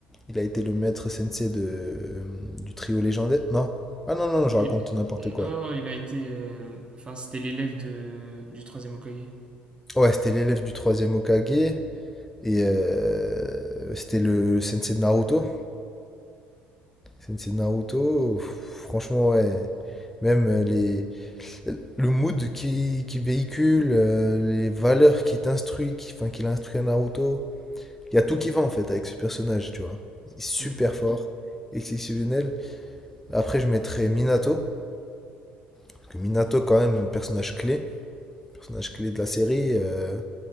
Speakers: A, in the centre; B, on the right.
A: il a été le maître sensei de, euh, du trio légendaire. Non? Ah non, non, je
B: Lui-
A: raconte n'importe quoi.
B: Oh, il a été... euh, Enfin, c'était l'élève de... du troisième Hokage.
A: Ouais, c'était l'élève du troisième Hokage. Et euh, c'était le sensei de Naruto. Sensei de Naruto, franchement, ouais. Même euh, les, le mood qui, qui véhicule, euh, les valeurs qui t'instruit, qui, enfin, qu'il instruit à Naruto. Il y a tout qui va en fait avec ce personnage, tu vois. Il est super
B: Hmm.
A: fort, exceptionnel. Après, je mettrais Minato. Parce que Minato, quand même, personnage clé. Personnage clé de la série. euh,